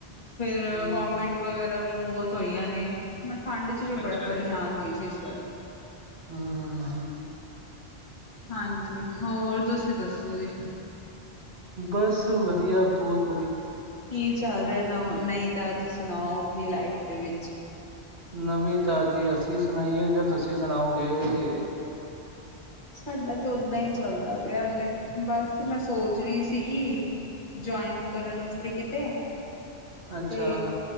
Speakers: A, on the left; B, on the right.
A: ਫੇਰ
B: ਹਮ
A: ਵੋਮਿਟ ਵਗੈਰਾ ਵੀ ਬੌਤ ਹੋਈਆਂ ਨੇ ਮੈ ਠੰਡ ਚ ਵੀ
B: ਅੱਛਾ
A: ਬੜਾ ਪਰੇਸ਼ਾਨ ਹੋਈ ਸੀ ਇਸ ਵਾਰੀ
B: ਹੰ -ਹੰ -ਹੰ- ਹੰ।
A: ਹਾਂਜੀ, ਹੋਰ ਤੁਸੀ ਦੱਸੋ ਜੀ?
B: ਬਸ, ਵਦੀਆ ਬੌਤ
A: ਕੀ ਚੱਲ ਰਿਆ ਨਵ ਨਈ ਤਾਜੀ ਸੁਨਾਓ ਆਪਨੀ ਲਾਈਫ ਦੇ ਵਿੱਚ?
B: ਨਵੀਂ ਤਾਜੀ ਅਸੀ ਸੁਨਾਈਏ ਯਾ ਤੁਸੀ ਸੁਨਾਓਗੇ।
A: ਸਾਡਾ ਤੇ ਓਦਾਂ ਈ ਚੱਲਦਾ ਪਿਆ ਹਲੇ ਬਸ ਮੈ ਸੋਚ ਰੀ ਸੀਗੀ ਜੁਆਇਨ ਕਰਨ ਅਸਤੇ ਕਿਤੇ
B: ਅੱਛਾ
A: ਤੇ